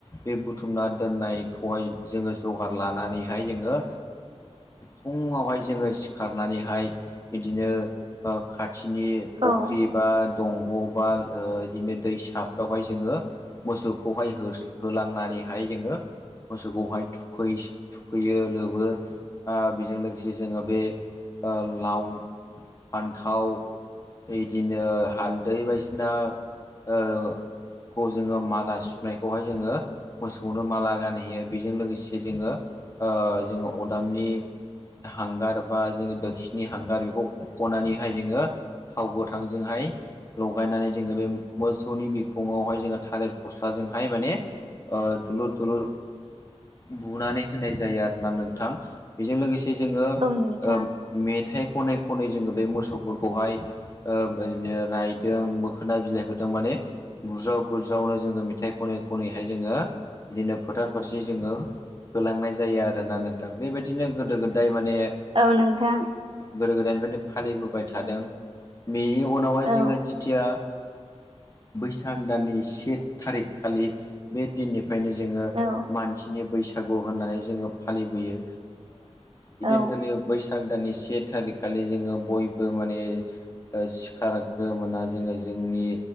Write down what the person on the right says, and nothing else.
औ औ
नोंथां
औ नोंथां
औ
औ
औ